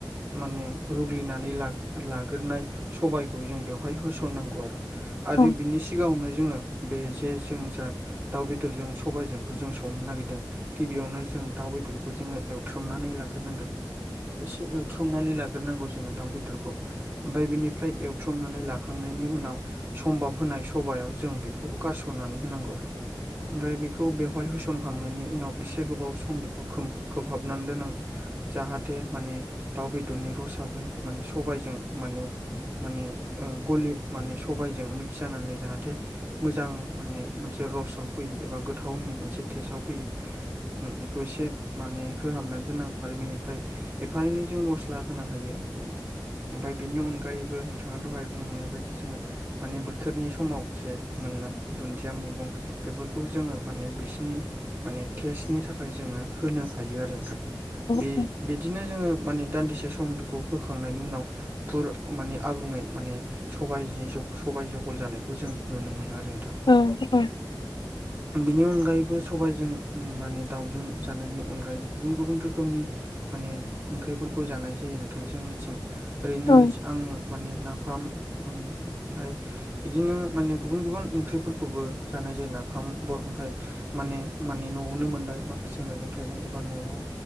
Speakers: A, on the right; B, on the left.
A: माने रुग्लिनानै ला लाग्रोनाय सबायाइखौ जों बेवहाय होसननांगौ आरो
B: औ
A: आरो बिनि सिगाङावनो जोङो बे जे जों जा दाउ बेदरजों सबायजोंखौ जों संनो नागिरदों गिबियावनो जों दाउ बेदरखौ जोङो एवथ्रुमनानै लाग्रोनांगोन एसे एवथ्रमनानै लाग्रोनांगौ जोङो दाउ बेदरखौ ओमफ्राय बेनिफ्राय बुथ्रुमनानै लाखांनायनि उनाव सम्भाब होनाय सभायाव जों बेखौ गारसननानै होनांगौ आरो। ओमफ्राय बि बेखौ बेवहाय होसनखांनायनि उनाव एसे गोबाव सम बेखौ खोबहाबनानै दोननांगौ। जाहाथे माने दाउ बेदरनि रसाबो माने सबायजों माने माने गलि माने सबायजों मिक्स जानानै जाहाथे मोजां माने मोनसे रसाव फैयो एबा गोथावनि मोनसे टेस्टाव फैयो बेखौ एसे माने होहाबनानै दोननांगौ आरो बेनिफ्राय एफा एनै जों मस्ला होनो हायो ओमफ्राय बेनि उन मायबो नोंथाङा दहाय बुंलांनाय बायदिसिना माने बोथोरनि समाव जे मोननाय दुदिया खुदिया मैगं बेफोरखौ जोङो माने बिसोरनि माने टेस्टनि थाखाय जोङो होनो हायो आरो नोंथा
B: औ
A: बे बिदिनो जोङो माने दान्दिसे सम बेखौ होखांनायनि उनाव फुर माने आबुङै माने सबाय सबाय जहल जानायखौ जों नुनो मोनो आरो नोंथां।
B: औ औ
A: बिनि अनगायैबो सबायाइजों माने दाउजों जानायनि अनगायैबो गुबुन गुबुन रोखोमनि माने ओंख्रिफोरखौ जानाय जायो नोंथांजोंनिथिं ओरैनो
B: औ
A: आं माने नाफाम ओमफफ्राय बिदिनो माने गुबुन गुबुन ओंख्रिफोरखौबो जानाय जायो नाफाम ओमफ्राय माने माने न'आवनो मोननाय माखासे मैगं थाइगं एबा न'आव